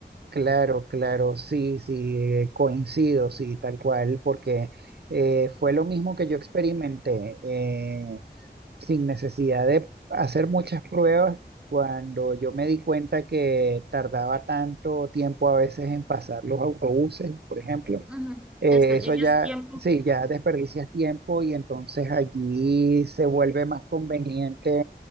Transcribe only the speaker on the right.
Claro, claro, sí, sí, eh, coincido, sí, tal cual, porque eh, fue lo mismo que yo experimenté, eh, sin necesidad de hacer muchas pruebas, cuando yo me di cuenta que tardaba tanto tiempo a veces en pasar los autobuses, por ejemplo.
Eh,
eso ya,
sí, ya desperdicias tiempo y entonces allí se vuelve más conveniente